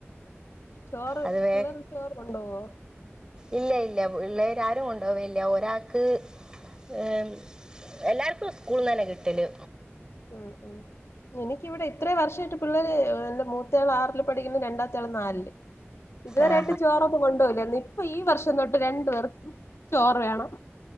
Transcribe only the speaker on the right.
അത് വേ
ഇല്ല ഇല്ല പിള്ളേര് ആരും കൊണ്ടുവില്ല ഒരാൾക്ക് ഏം എല്ലാർക്കും സ്കൂൾനന്നെ കിട്ടല്
ആ